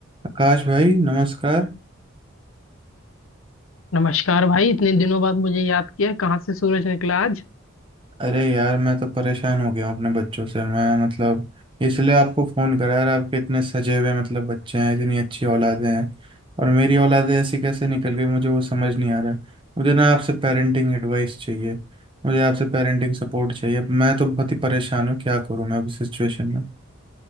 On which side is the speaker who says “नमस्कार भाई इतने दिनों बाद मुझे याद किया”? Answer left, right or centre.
Left